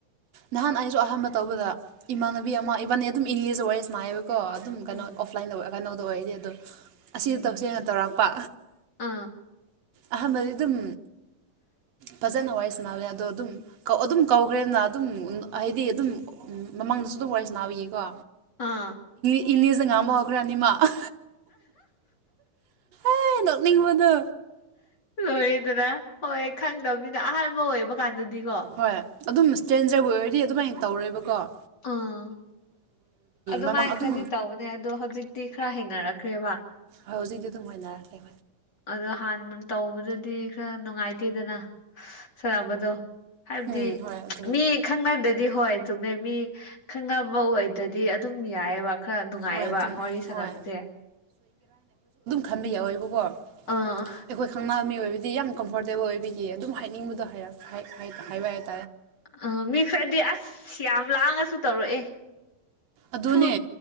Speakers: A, on the right; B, on the left.
A: ꯅꯍꯥꯟ ꯑꯩꯁꯨ ꯑꯍꯥꯟꯕ ꯇꯧꯕꯗ ꯏꯃꯥꯟꯅꯕꯤ ꯑꯃ ꯏꯕꯥꯅꯤ ꯑꯗꯨꯝ ꯏꯪꯂꯤꯁꯇ ꯋꯥꯔꯤꯁ ꯅꯥꯌꯦꯕꯀꯣ ꯑꯗꯨꯝ ꯀꯩꯅꯣ
B: ꯎꯝ
A: ꯑꯣꯐꯂꯥꯏꯟꯗ ꯀꯩꯅꯣꯗꯣ ꯑꯣꯏꯗꯤ ꯑꯗꯣ ꯑꯁꯤ
B: ꯎꯝ
A: ꯇꯧꯁꯦꯡꯅ ꯇꯧꯔꯛꯄ
B: ꯑꯥ
A: ꯑꯍꯝ ꯃꯗꯤ ꯑꯗꯨꯝ
B: <unintelligible>
A: ꯐꯖꯅ ꯋꯥꯔꯤꯏ ꯁꯅꯥꯂꯦ ꯑꯗꯣ ꯑꯗꯨꯝꯧ ꯑꯗꯨꯝ ꯀꯧꯈ꯭ꯔꯦꯅ ꯑꯗꯨꯝ ꯍꯥꯏꯗꯤ ꯑꯗꯨꯝ ꯃꯃꯥꯡꯗꯁꯨ ꯑꯗꯨ ꯋꯥꯔꯤꯁ ꯅꯥꯕꯤꯒꯤꯌꯦꯀꯣ
B: ꯑꯥ
A: ꯏꯅꯦꯖꯤꯡ ꯑꯃ ꯃꯈ꯭ꯔꯥꯅꯤꯃ ꯃꯥ ꯑꯦ ꯅꯣꯛꯅꯤꯡꯕꯗ
B: ꯍ ꯑꯣꯏꯗꯗ ꯍꯣꯏ ꯍ ꯈꯪꯗꯕꯅꯤꯅ ꯑꯍꯥꯟꯕ ꯑꯣꯏꯕ ꯀꯥꯟꯗꯗꯤꯀꯣ
A: ꯍꯣꯏ ꯑꯗꯨꯝ ꯏꯁꯇ꯭ꯔꯦꯟꯖꯔꯕꯨ ꯑꯣꯏꯔꯗꯤ ꯑꯗꯨꯃꯥꯏꯅ ꯇꯧꯔꯦꯕꯀꯣ
B: ꯑꯥ ꯑꯗꯨꯃꯥꯏꯅ
A: ꯃꯃꯥꯡ ꯑꯗꯨꯝ
B: ꯈꯔꯗꯤ ꯇꯧꯅꯦ ꯑꯣ ꯍꯧꯖꯤꯛꯇꯤ ꯈꯔ ꯍꯩꯅꯔꯛꯈ꯭ꯔꯦꯕ
A: ꯍꯧꯖꯤꯛꯤ ꯑꯗꯨꯝ ꯑꯣꯏꯅꯔꯦ
B: ꯑꯗꯣ ꯍꯥꯟꯅ ꯇꯧꯕꯗꯗꯤ ꯈꯔ ꯅꯨꯡꯉꯥꯏꯇꯦꯗꯅ ꯁꯥꯟꯅꯕꯗꯣ ꯍꯥꯏꯕꯗꯤ
A: ꯎꯝ ꯍꯣꯏ ꯑꯗꯨꯅꯦ
B: ꯃꯤ ꯈꯪꯅꯗ꯭ꯔꯗꯤ ꯍꯣꯏ ꯇꯨꯝꯃꯦ ꯃꯤ ꯈꯪꯅꯕ ꯑꯣꯏ ꯑꯗꯗꯤ ꯑꯗꯨꯝ ꯌꯥꯏꯑꯕ ꯈꯔ ꯅꯨꯡꯉꯥꯏꯑꯦꯕ
A: ꯍꯣꯏ ꯑꯗꯨꯝ
B: ꯋꯥꯔꯤ ꯁꯥꯟꯅꯕꯁꯦ
A: ꯍꯣꯏ ꯊꯝꯕꯤ ꯌꯥꯎꯋꯦꯕꯀꯣ
B: ꯑꯥ
A: ꯑꯩꯈꯣꯏ ꯈꯪ ꯃꯤꯑꯣ ꯑꯣꯏꯕꯗꯤ ꯌꯥꯝ ꯀꯝꯐꯣꯔꯇꯦꯕꯜ ꯑꯣꯏꯕꯤꯈꯤ ꯑꯗꯨꯝ ꯍꯥꯏꯅꯤꯡꯕꯗꯣ ꯍꯥꯏꯕ ꯍꯥꯏ
B: ꯑꯥ ꯃꯤ ꯈꯔꯗꯤ ꯑꯁ ꯌꯥꯝ ꯂꯥꯡꯉꯁꯨ ꯇꯧꯔꯛꯑꯦ
A: ꯑꯗꯨꯅꯦ
B: ꯐꯨ